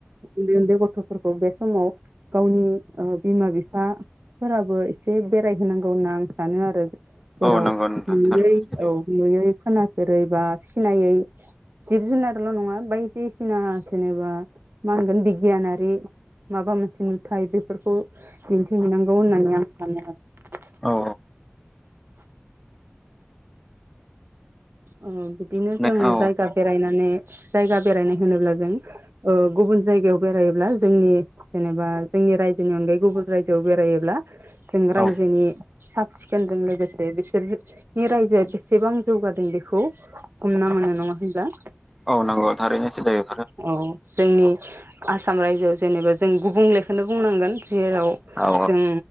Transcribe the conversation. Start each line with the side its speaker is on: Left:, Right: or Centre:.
Right: उन्दै उन्दै गथ फोरखौ बे समाव गावनि ओ बिमा बिफाफोराबो एसे बेराय होनोनांगौ होनना आं सानो आरो जेराव
Centre: औ नंगौ नोंथां
Right: नुयै
Centre: थारैनो सैथो
Right: औ नुयै खोनाफेरै बा सिनायै जिब जुनारल' नङा बायदिसिना जेनेबा मा होनगोन बिगियानारि माबा मोनसे नुथाय बेफोरखौ दिन्थिहैनांगौ होननानै आं सानो आरो
Centre: औ
Right: उम। बिदिनो
Centre: औ
Right: जों जायगा बेरायनानै जायगा बेरायनाय होनोब्ला जों ओ गुबुन जायगायाव बेरायोब्ला जोंनि जेनेबा जोंनि रायजोनि अनगायै गुबुन रायजोआव बेरायोब्ला जों रायजोनि
Centre: औ
Right: सा खेनजों लोगोसे बेसोरनि राइजो एसेबां जौगादों बेखौ हमना मोनो नङा होनबा
Centre: औ नंगौ थारैनो <unintelligible> सिदाऔ
Right: औ जोंनि आसाम रायजोआव जेनेबा जों गुबुंलेखौनो बुंनांगोन जेराव
Centre: औ
Right: जों